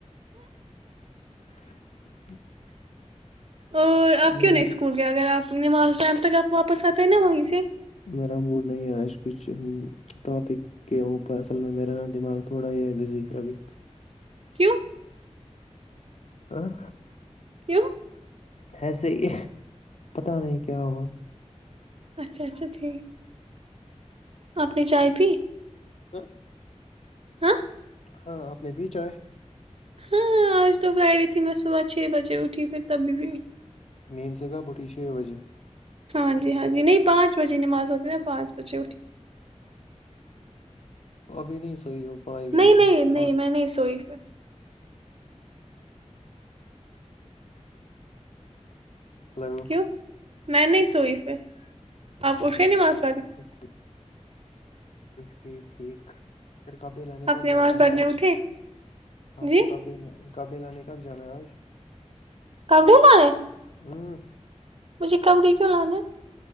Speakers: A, on the left; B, on the right.
A: <inaudible>
B: اور آپ
A: میرا
B: کیوں نہیں اسکول گ اگر آپ کی نماز ٹم تک آپ واپس آتے ہیں نا وہیں سے
A: میرا بوڈ نہیں آج کچھ ٹاپک کے اوپر اصل میں میرا نا دماغ تھوڑا ہی ہے بزی ابھی
B: کیوں
A: ہ <unintelligible>
B: کیوں
A: ایسے ہی پتا نہیں کیا ہوا
B: اچھا اچھا ٹھیک آپنی چائے پی
A: ہ
B: ہاں
A: ہاں آپ نے بیچ آئے
B: ہاں آج تو فرائیڈے تھی میں صبح چھ بجے اٹھی پھر تبھی بھی
A: نیند سے کب اٹھی چھ بجے
B: ہاں جی ہاں جی نہیں پانچ بجے نماز ہوتی نہا پانچ بجے اٹھی
A: ابھی نہیں سحی ہو پانچ
B: نہیں
A: بجے
B: نہیں
A: سے
B: نہیں
A: پانچ
B: میں نہیں سوئی پھر
A: ہلو
B: کیوں میں نہیں سوئی پھر آپ اے نہیں ماناز
A: اچا ٹھیک ٹھیک ٹھیک <unintelligible> ایک پھر کپڑے لانے
B: آپ
A: کب
B: نماز
A: جانا
B: پڑھنے
A: ہے آج
B: اٹھے
A: آپ
B: جی
A: کو کپڑے کپڑے لانے کب جانا ہے آج
B: کپڑے لے
A: ہوں
B: تج کمڑی کیوں لانے